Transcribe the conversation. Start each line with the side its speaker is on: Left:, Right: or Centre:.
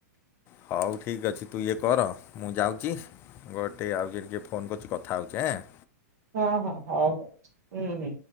Left: ହଉ ଠିକ୍ ଅଛି ତୁ ଇଏ କର ମୁଁ ଯାଉଛି ଗୋଟେ ଆଉ ଯେ ଯେ ଫୋନ୍ କରୁଛୁ କଥା ହେଉଛେଁ
Right: ହଁ ହଁ ହଉ ହଉ ହୁଁ ହୁଁ।